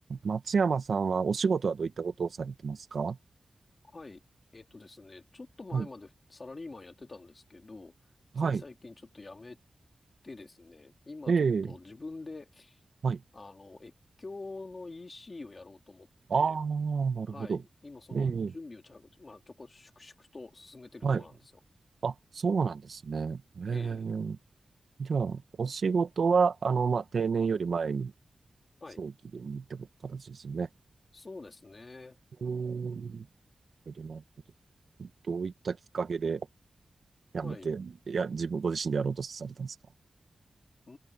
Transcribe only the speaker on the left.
はい。えっとですね、ちょっと前までサラリーマンやってたんですけど、
つい最近ちょっと辞めてですね、今ちょっと自分で、
あの、越境の EC をやろうと思って、
はい。今その準備をちゃ、
まあ、ちょこ、粛々と進めてるところなんですよ。
ええ。
はい。
そうですね。
はい。
うー